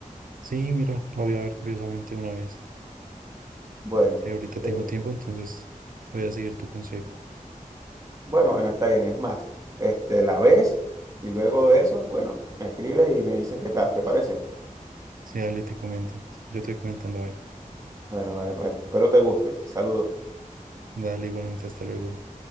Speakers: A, on the right; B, on the right.
A: Sí, mira, la voy a ver curiosamente una vez,
B: Bueno.
A: que ahorita
B: eh,
A: tengo tiempo, entonces voy a seguir tu consejo.
B: Bueno, bueno, está bien. Es más, este, la ves y luego de eso, bueno, me escribes y me dices qué tal, ¿te parece?
A: Sí, dale, te comento. Yo te voy comentando, a ver.
B: Bueno, dale, pues. Espero te guste. Saludos.
A: Dale, igualmente, hasta luego.